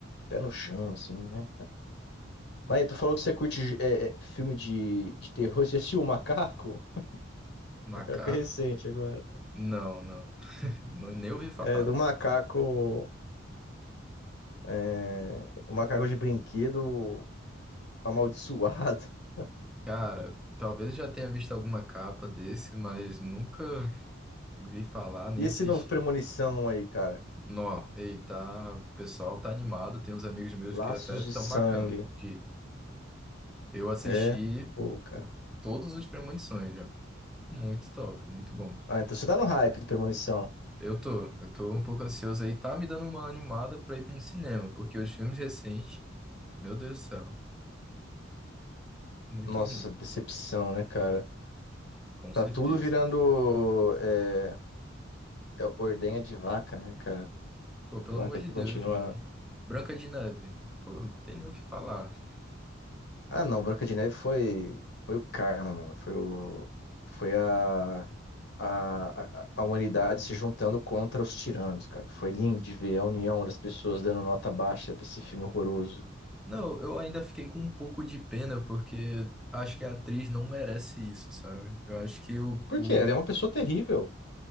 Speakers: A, on the left; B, in the centre.
A: pé no chão, assim, né? Mas tu falou que você curte é, é, filme de, de terror. Você assistiu O Macaco? <laughs>
B: Macaco?
A: O Macaco é recente agora.
B: Não, não. Nu- Nem ouvi falar.
A: É, do Macaco. é, o macaco de brinquedo amaldiçoado. <laughs>
B: Cara, talvez já tenha visto alguma capa desse, mas nunca vi falar nem
A: E esse
B: assisti.
A: novo Premonição aí, cara?
B: Nó, ei, tá, o pessoal tá animado. Tem uns amigos meus
A: Laços
B: que até
A: de
B: tão
A: sangue.
B: marcando. De eu assisti
A: É? Pô, cara.
B: por todos os premonições já. Muito top, muito bom.
A: Ah, então você tá no hype do Premonição.
B: Eu tô, eu tô um pouco ansioso aí. Tá me dando uma animada pra ir pra um cinema, porque os filmes recentes, meu Deus do céu, muito
A: Nossa,
B: ruim,
A: decepção, né, cara?
B: com
A: Tá
B: certeza.
A: tudo virando é, é, ordenha de vaca, né, cara?
B: Pô, pelo
A: Vaca
B: amor de
A: que
B: Deus,
A: continua
B: mano. Branca de Neve, pô, não tem nem o que falar.
A: Ah, não, Branca de Neve foi, foi o karma, mano. Foi o, foi a, a, a a humanidade se juntando contra os tiranos, cara. Foi lindo de ver a união das pessoas dando nota baixa pra esse filme horroroso.
B: Não, eu ainda fiquei com um pouco de pena, porque acho que a atriz não merece isso, sabe? Eu acho que o,
A: Por
B: o...
A: quê? Ela é uma pessoa terrível.